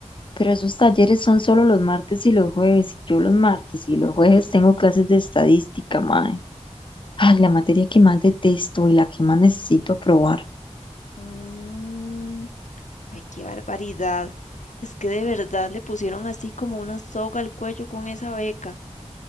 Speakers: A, on the left; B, on the left.
A: pero esos talleres son solo los martes y los jueves. Yo los martes y los jueves tengo clases de estadística, mae. Ay, la materia que más detesto y la que más necesito aprobar.
B: Mm, ay, qué barbaridad. Es que de verdad le pusieron así como una soga al cuello con esa beca.